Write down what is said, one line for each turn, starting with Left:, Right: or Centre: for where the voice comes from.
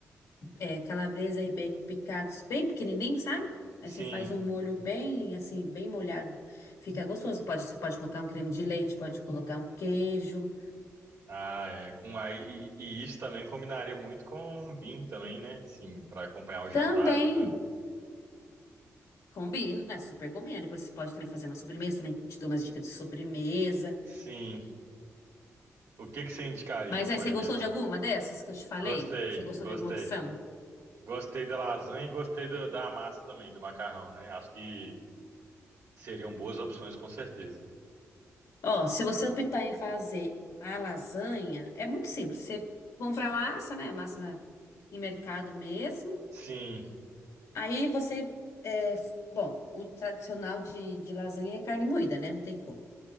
Left: é, calabresa e bacon picados bem pequenininho, sabe? Aí você
Right: Sim,
Left: faz um molho bem, assim, bem molhado. Fica gostoso. Pode, você pode colocar um creme de leite, pode colocar um queijo.
Right: Ah, é. Com, aí, e, e isso também combinaria muito com vinho também, né? Sim, para acompanhar o jantar
Left: Também
Right: e tudo.
Left: combina, super combina. Depois você pode também fazer uma sobremesa, também te dou umas dicas de sobremesa.
Right: Sim. O que que você indicaria
Left: Mas
Right: de sobremesa?
Left: aí, você gostou de alguma dessas que eu te falei?
Right: Gostei,
Left: Você gostou
Right: gostei.
Left: de alguma opção?
Right: Gostei da lasanha e gostei do- da massa também, do macarrão, né? Acho que seriam boas opções, com certeza.
Left: Ó, se você optar em fazer a lasanha, é muito simples. Você compra a massa, né? Massa em mercado mesmo.
Right: Sim.
Left: Aí você, é, bom, o tradicional de, de lasanha é carne moída, né? Não tem como.